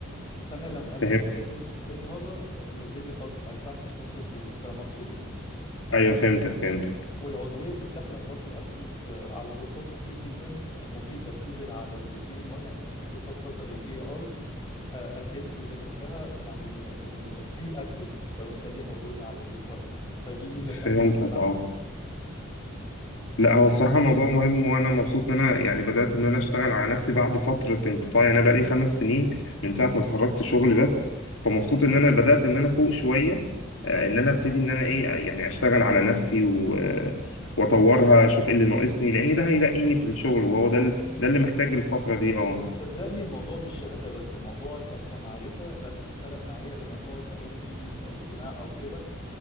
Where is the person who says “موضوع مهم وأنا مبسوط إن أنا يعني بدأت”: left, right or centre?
Left